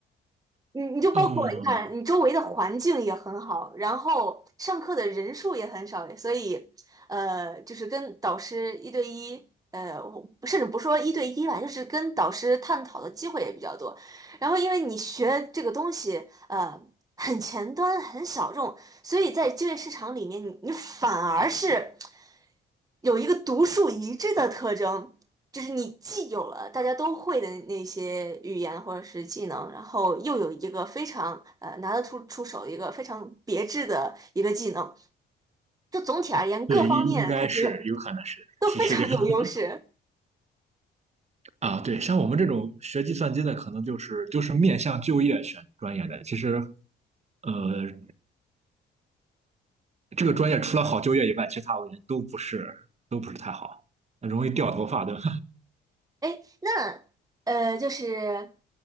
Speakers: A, on the right (about 20°); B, on the right (about 35°).
A: 你你就包括你看，
B: 嗯，
A: 你周围的环境也很好，然后上课的人数也很少，所以，呃，就是跟导师一对一，呃，我甚至不说一对一吧，就是跟导师探讨的机会也比较多。然后，因为你学这个东西，呃，很前端、很小众，所以在就业市场里面，你你反而是有一个独树一帜的特征。就是你既有了大家都会的那些语言或者是技能，然后又有一个非常呃拿得出出手的一个非常别致的一个技能，就总体而言各方面感觉
B: 对，应应该是有可能是是是这样
A: 都非常有优势。
B: <laughs> 啊。对，像我们这种学计算机的，可能就是就是面向就业选专业的。其实，呃，这个专业除了好就业以外，其他我感觉得都不是都不是太好，容易掉头发，对吧？
A: 哎，那呃就是